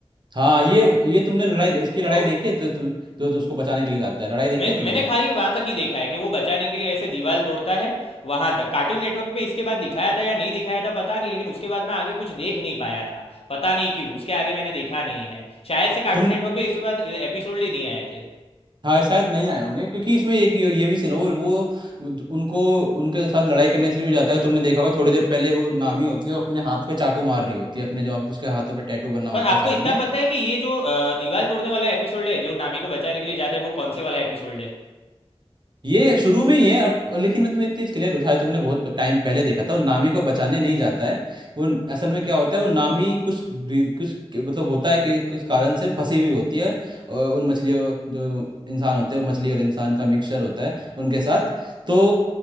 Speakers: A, on the right (about 45°); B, on the left (about 60°).
A: हाँ ये ये तुमने लड़ाई इसकी लड़ाई
B: तो
A: देखी है जो तु, जो तो उसको बचाने के लिए जाता है लड़ाई देखी
B: मैं
A: है तुमने
B: मैंने खाली वहां तक ही देखा है कि वो बचाने के लिए ऐसे दीवार तोड़ता है वहां तक कार्टून नेटवर्क पे इसके बाद दिखाया था या नहीं दिखाया था पता नहीं लेकिन उसके बाद मैं आगे कुछ देख नहीं पाया था पता नहीं क्यों उसके आगे मैंने देखा नहीं है शायद से कार्टून
A: तुम
B: नेटवर्क पे इसके बाद एपिसोड ही नहीं आए थे
A: हाँ शायद नहीं आए होंगे क्योंकि इसमें एक ये, ये भी सीन हो वो वो उनको उनके साथ लड़ाई करने के लिए भी जाता है तुमने देखा होगा थोड़ी देर पहले वो नामी होती है वो अपने हाथ पे चाकू मार रही होती है अपने जो उसके हाथों पे टैटू बना होता
B: पर आपको
A: है साइड
B: इतना
A: में
B: पता है कि ये जो अ, दीवार तोड़ने वाला एपिसोड है जो नामी को बचाने के लिए जाता है वो कौन से वाला एपिसोड है
A: ये शुरू में ही है अब लेकिन मैं तुम्हें एक चीज क्लियर शायद तुमने बहुत टाइम पहले देखा था वो नामी को बचाने नहीं जाता है वो असल में क्या होता है वो नामी कुछ री- कुछ मतलब होता है कि कुछ कारण से फंसी हुई होती है और उन मछलियों जो इंसान होते हैं वो मछली और इंसान का मिक्सचर होता है उनके साथ तो